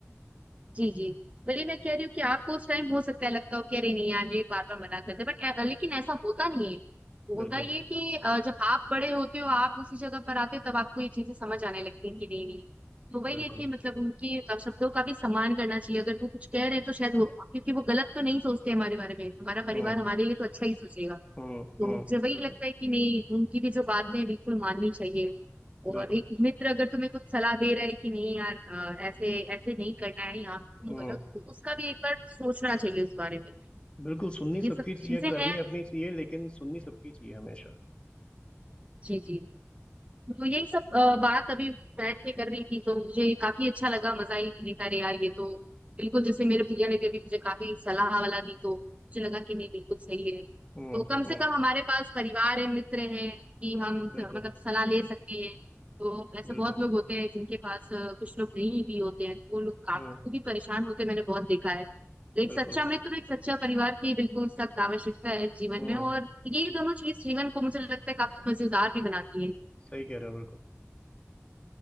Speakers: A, on the right; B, on the left.
A: जी जी वही मैं कह रही हूँ कि आपको उस टाइम हो सकता है लगता हो कि अरे नहीं यार ये बार बार मना करते बट लेकिन ऐसा होता नहीं है
B: बिल्कुल
A: होता ये है कि अ, जब आप बड़े होते हो आप उसी जगह पर आते हो तब आपको ये चीजें समझ आने लगती हैं कि नहीं नहीं तो वही
B: बिल्कुल
A: है कि मतलब उनकी अ, शब्दों का भी सम्मान करना चाहिए अगर वो कुछ कह रहे हैं तो शायद वो क्योंकि वो गलत तो नहीं सोचते हमारे बारे में हमारा परिवार
B: हम्म
A: हमारे लिए तो अच्छा ही सोचेगा
B: हम्म
A: तो
B: हम्म
A: मुझे वही
B: बिल्कुल
A: लगता है कि नहीं उनकी भी जो बातें हैं, बिल्कुल माननी चाहिए
B: बिल्कुल
A: और एक मित्र अगर तुम्हें कुछ सलाह दे रहा है कि नहीं यार अ, ऐसे ऐसे नहीं करना है यहाँ पे तुम
B: हम्म
A: गलत हो उसका भी एक बार सोचना चाहिए उस बारे में
B: बिल्कुल सुननी
A: ये
B: सबकी
A: सब
B: चाहिए
A: चीजें
B: करनी
A: हैं
B: अपनी चाहिए लेकिन सुननी सबकी चाहिए हमेशा
A: जी जी तो यही सब अ, बात अभी बैठ के कर रही थी तो मुझे काफी अच्छा लगा मजा ही नहीं था रे यार ये तो बिल्कुल जैसे मेरे भैया ने भी अभी मुझे काफी सलाह वाला दी तो मुझे लगा कि नहीं बिल्कुल सही है
B: हम्म
A: तो कम से
B: हम्म
A: कम हमारे पास परिवार है मित्र हैं कि हम उनसे
B: बिल्कुल
A: मतलब सलाह ले सकते हैं तो ऐसे
B: बिल्कुल
A: बहुत लोग होते हैं जिनके पास अ, कुछ लोग नहीं भी होते हैं तो वो लोग काफी
B: हम्म
A: परेशान होते हैं, मैंने बहुत देखा है तो एक
B: बिल्कुल
A: सच्चा मित्र और एक सच्चा परिवार की बिल्कुल सख्त आवश्यकता है जीवन
B: हम्म
A: में और ये दोनों चीज जीवन को मुझे लगता है काफी मजेदार भी बनाती है
B: सही कह रहे हो बिल्कुल